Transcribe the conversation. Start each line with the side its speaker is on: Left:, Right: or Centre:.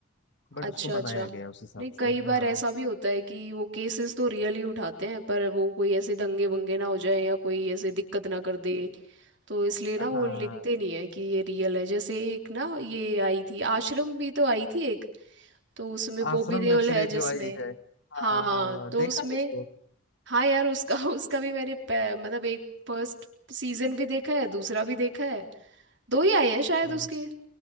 Left: बट
Right: अच्छा
Left: उसको
Right: अच्छा
Left: बनाया गया है उस हिसाब
Right: नहीं कई
Left: से
Right: बार
Left: हाँ
Right: ऐसा भी होता है कि वो केसेस तो रियल ही उठाते हैं पर वो कोई ऐसे दंगे वंगे ना हो जाए या कोई ऐसे दिक्कत ना कर दे तो इसलिए ना वो
Left: हाँ
Right: लिखते नहीं है कि ये रियल है जैसे एक ना ये आई थी आश्रम भी तो आई थी एक तो उसमें बॉबी
Left: आश्रम
Right: देओल
Left: वेब सीरीज
Right: है जिसमें
Left: जो आई है हाँ
Right: हाँ
Left: हाँ
Right: तो
Left: देखा
Right: उसमें
Left: है उसको
Right: हाँ यार उसका <laughs> उसका भी मैंने पै- मतलब एक फर्स्ट सीजन भी देखा है दूसरा भी देखा है दो ही आए हैं शायद
Left: हाँ
Right: उसके